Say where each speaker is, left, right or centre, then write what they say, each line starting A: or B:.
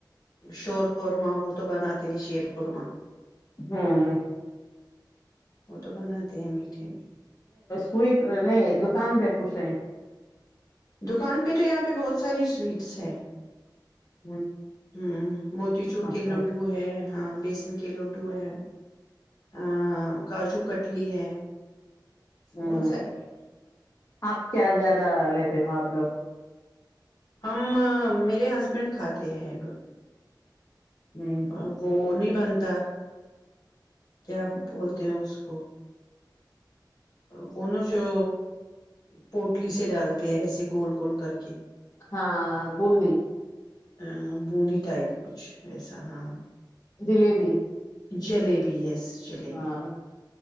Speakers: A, on the left; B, on the left.
A: شور خورمہ وہ تو بناتے ہیں شیر خورما
B: <unintelligible>
A: وہ تو بناتے ہیں میٹھے میں
B: سٹ نہیں دکان پہ پوچھ رہے ہیں
A: دکان پہ تو یہاں پہ بہت ساری سویٹس ہے
B: ہ
A: ہوں موتی چور
B: اچھا
A: کے لڈو ہے ہاں بیسن کے کہ لوڈو ہے آ کاشو کٹ لی ہے
B: ہوں
A: بہت ساری ہے
B: آپ کیا زیادہ لیتے ا اپل
A: ہم میرے ہسبینڈ کھاتے ہیں
B: ہ
A: ا وہ نہیں بنتا کیا بولتے ہیں اس کو وہ نوں جو پوٹلی سے ڈالتے ہیں ایسے گول گول کر کے
B: <unintelligible>
A: ا بوندی ٹائپ کچھ ایسا ہاں
B: جلیبی
A: جلیبی یس جلیبی
B: ہاں